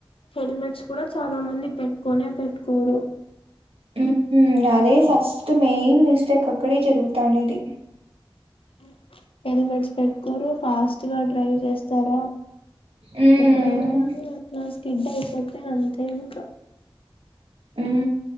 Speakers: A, on the left; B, on the right.
A: హెల్మెట్స్ కూడా చాలా మంది పెట్టుకొనే పెట్టుకోరు
B: ఉ అదే ఫస్ట్ మెయిన్ మిస్టేక్ అక్కడే జరుగుతానేది
A: <inaudible> హెల్మెట్స్ పెట్టుకోరు ఫాస్ట్ గా డ్రైవ్ చేస్ స్తార
B: మ్మ్
A: ఎక్కడైనా కానీ అట్లా స్కిడ్ అయిపోతే అంతే ఇంక
B: ఊ